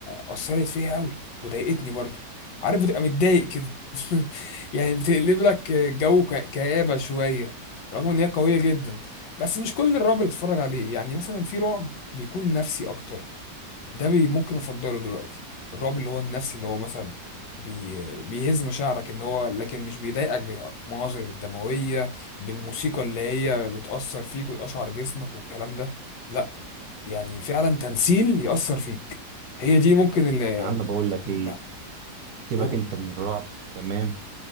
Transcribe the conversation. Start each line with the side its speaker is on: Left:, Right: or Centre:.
Left: أثرت فيها قوي وضايقتني برضو عارف بتبقى متضايق كده <laughs> يعني بتقلب لك جو ك- كآبة شوية رغم ان هي قوية جدا بس مش كل الرعب اللي بتتفرج عليه يعني مثلا في رعب بيكون نفسي اكتر ده بي ممكن افضله دلوقتي الرعب اللي هو النفسي اللي هو مثلا بي بيهز مشاعرك ان هو لكن مش بيضايقك بالمناظر الدمويه بالموسيقى اللي هي بتاثر فيك وتقشعر جسمك والكلام ده لا يعني فعلا تمثيل ياثر فيك هي دي ممكن اللي
Right: يا عم بقول لك
Left: لا.
Right: ايه سيبك
Left: قول.
Right: انت من الرعب تمام